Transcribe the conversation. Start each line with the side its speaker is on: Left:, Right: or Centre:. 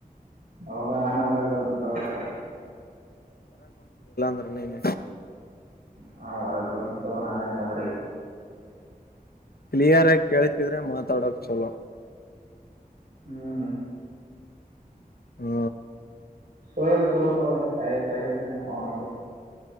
Right: ಹೌದಾ ನಾನು ಹೊರಗೆ ಬರ್ತ್ನ್ ತಗೋ ಇಲ್ಲಾದ್ರೆ.
Left: ಬರ್ ನೀನೆ.
Right: ಹಾ ಹೊರಗ್ ಬರ್ತಿನ್ ತಗೋ ನಾನೇ ಅಂದಂದ್ರಿ
Left: ಕ್ಲಿಯರ್ ಆಗಿ ಕೇಳಸಿದ್ರೆ ಮಾತಾಡಕ್ ಚಲೋ
Right: ಹ್ಮ
Left: ಹ್ಮ
Right: ಸ್ವಯಲ್ ಚಲೋಕ ವಯಸ್ ಆಗ್ಯದನೆ ಅವ್ನ್